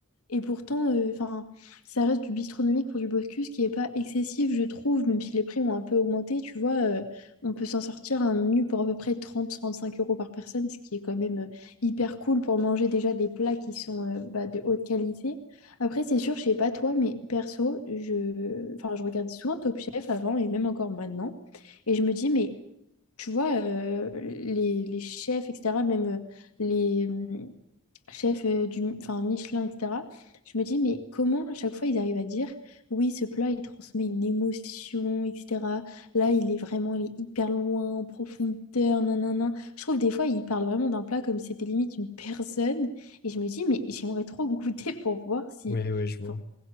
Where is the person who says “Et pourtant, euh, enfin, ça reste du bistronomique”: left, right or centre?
Left